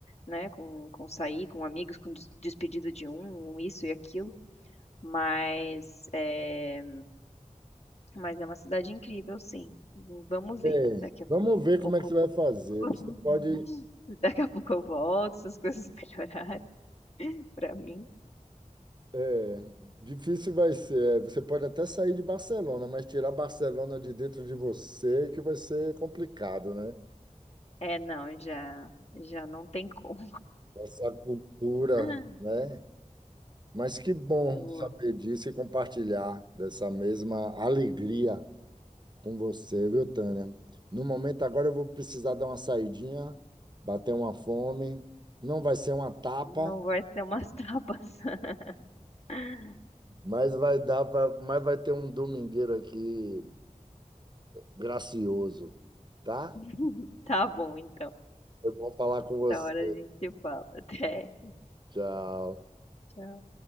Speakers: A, on the left; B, on the right.
A: né, com, com sair, com amigos, com des- despedida de um, um isso e aquilo. Mas é, mas é uma cidade incrível, sim. Vamos ver.
B: É,
A: Daqui a
B: vamos ver
A: pouco,
B: como é que você vai fazer.
A: <laughs>
B: Você pode
A: daqui a pouco eu volto, se as coisas <laughs> melhorarem para mim.
B: É, difícil vai ser. é, Você pode até sair de Barcelona, mas tirar Barcelona de dentro de você é que vai ser complicado, né?
A: É, não, já, já não tem como.
B: Essa cultura,
A: <laughs>
B: né? Mas que bom
A: Eu
B: saber disso e compartilhar dessa mesma alegria com você, viu, Tânia? No momento agora eu vou precisar dar uma saidinha, bater uma fome. Não vai ser uma tapa,
A: não vai ser umas tapas. <laughs>
B: mas vai dar pra, mas vai ter um domingueiro aqui gracioso, tá?
A: <laughs> Tá bom, então.
B: Foi bom falar com você.
A: Outra hora a gente se fala. Até.
B: Tchau.
A: Tchau.